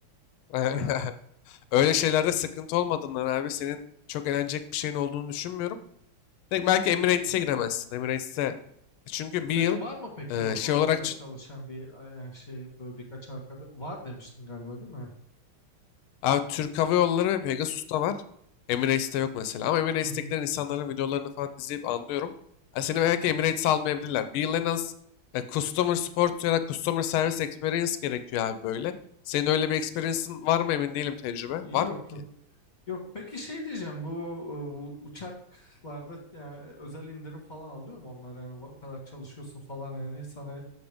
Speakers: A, on the left (about 80°); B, on the left (about 25°).
A: <laughs>
B: Ee,
A: öyle şeylerde sıkıntı olmadığından abi senin çok eğlenecek bir şeyin olduğunu düşünmüyorum. Belki belki Emirates'e giremezsin. Emirates'e çünkü
B: senin
A: bir yıl
B: var mı peki
A: e,
B: oralarda
A: şey olarak ç-
B: çalışan bir e, şey böyle birkaç arkadaş var demiştin galiba değil mi?
A: Abi Türk Hava Yolları ve Pegasus'ta var. Emirates'te yok mesela. Ama Emirates'tekilerin
B: Hı hı.
A: insanların videolarını falan izleyip anlıyorum. Yani seni belki Emirates'e almayabilirler. Bir yıl en az e, Customer Support ya da Customer Service Experience gerekiyor abi böyle. Senin öyle bir experience'ın var mı emin değilim tecrübe.
B: Yok
A: Var mı ki?
B: yok yok. Peki şey diyeceğim bu e, uçaklarda yani, özel indirim falan alıyor mu onlar yani o kadar çalışıyorsun falan yani sana